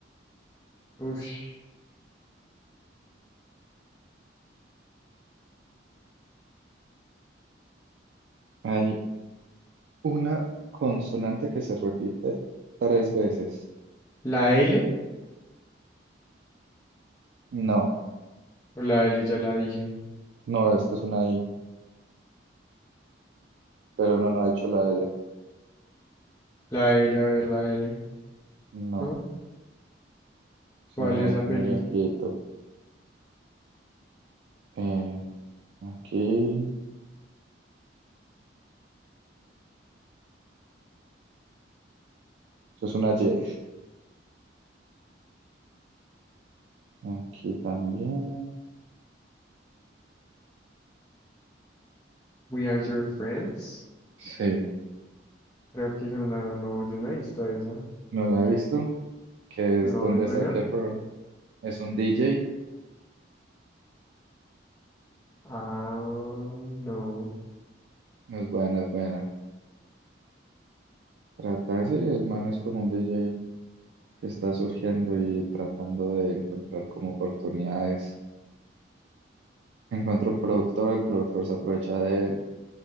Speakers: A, on the left; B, on the right.
A: ush,
B: Hay Una consonante que se repite tres veces.
A: la L,
B: No,
A: o la L ya la dije.
B: no, esto es una I, pero no, no ha hecho la L.
A: La L, a ver, la L,
B: No,
A: ¿no?
B: se
A: ¿Cuál
B: murió,
A: es la película?
B: murió quieto. Eh, aquí, eso es una Y. Aquí también.
A: We Are Your Friends.
B: Sí,
A: Creo que yo no, no, yo no he visto esa.
B: no la he visto, que
A: ¿No
B: es donde
A: es buena?
B: saqué Efron. Es un DJ,
A: Ah, no.
B: es buena, es buena. Trata sí el man es como un DJ que está surgiendo y tratando de encontrar como oportunidades. Encuentra un productor, el productor se aprovecha de él,